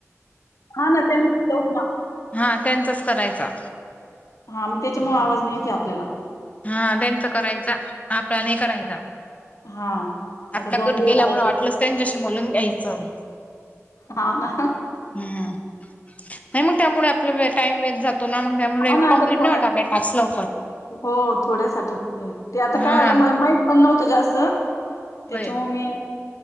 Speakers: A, on the left (about 80°); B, on the left (about 25°).
A: हा ना तेच
B: हा त्यांचाच करायचा.
A: हा, मग त्याच्यामुळे आवाज नाही येते आपल्याला.
B: हा त्यांचा करायचा, आपला नाही करायचा.
A: हां,
B: आपला
A: आता दोनदा
B: कट
A: येऊ
B: केल्यामुळे
A: लागला
B: वाटलंच,
A: तर.
B: त्यांच्याशी बोलून घ्यायचं.
A: हा, ना.
B: हं, नाही मग त्यामुळे आपला वेळ टाईम वेस्ट जातो ना, मग. त्यामुळे
A: हाव ना,
B: कम्प्लीट
A: आता थोड्या
B: नाही होतं आपले टास्क लवकर. <unintelligible>
A: हो थोड्यासाठी ते आता
B: हा.
A: काय झालं मला माहित पण नव्हतं जास्त. तेच्यामुळे
B: होय
A: मी